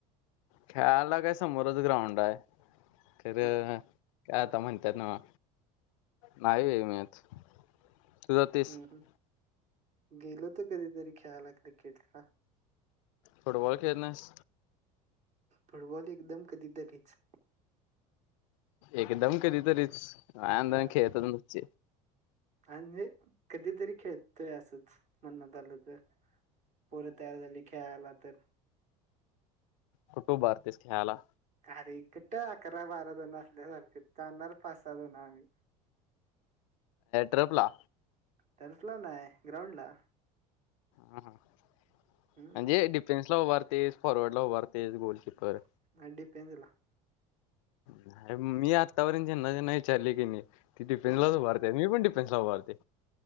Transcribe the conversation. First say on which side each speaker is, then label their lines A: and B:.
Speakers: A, on the left (about 90°); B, on the right (about 45°).
A: खेळाला काय समोरच ग्राउंड आहे, खर
B: हा
A: काय आता म्हणत्यात नव नाही वेळ मिळत <unintelligible>
B: हम्म हम्म गेलो तर कधीतरी खेळायला क्रिकेटला
A: फुटबॉल खेळत नाहीस?
B: फुटबॉल एकदम कधीतरीच.
A: एकदम कधी तरीच लहदाण
B: होय
A: खेळतच नशिल
B: आणि जे कधीतरी खेळतोय असंच, म्हणनात आलं तर पोर तयार झाली खेळायला तर
A: कुठ हुबारतोस खेळायला.
B: अरे कुट अकरा बाराल जण असल्यासारखे जाणार पाच सहा जण आम्ही
A: ट्रिपला
B: टसला नाही ग्राउंड ला
A: हा ह म्हणजे
B: हम्म
A: डिफेन्स ला उभारतेस फॉरवर्ड ला उभारतेस गोलकीपर.
B: <unintelligible>
A: नाही मी आत्तापर्यत ज्यांना ज्यांना विचारले की नाही डिफेन्सलाच भरते मी पण डिफेन्स ला भरते